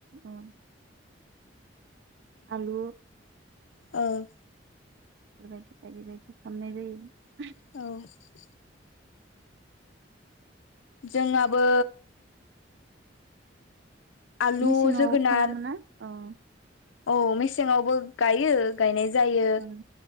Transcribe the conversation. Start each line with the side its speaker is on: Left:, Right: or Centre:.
Right: औ आलु
Left: औ
Right: बेफोरबायदि बायदि बायदि खालामनाय जायो
Left: औ जोंहाबो आलु
Right: मेसेङाव
Left: जोगोनार
Right: खालामो ना औ
Left: औ मेसेङावबो गायो गायनाय जायो
Right: ओं